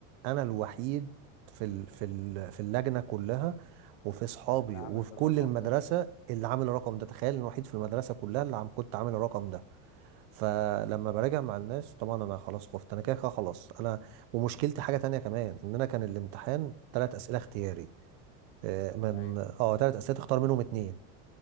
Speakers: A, on the right (about 60°); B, on the left (about 65°).
A: انا الوحيد في ال في ال في اللجنه كلها وفي اصحابي
B: اللي عامل
A: وفي
B: الرقم
A: كل المدرسه
B: ده
A: اللي عامل الرقم ده تخيل إن الوحيد في المدرسه كلها اللي عم كنت عامل الرقم ده فلما براجع مع الناس طبعا انا خلاص خفت انا كده كده خلاص انا ومشكلتي حاجه تانية كمان ان انا كان الامتحان ثلاث اسئله اختياري آه، من
B: ايوه
A: اه ثلاث اسئله تختار منهم اتنين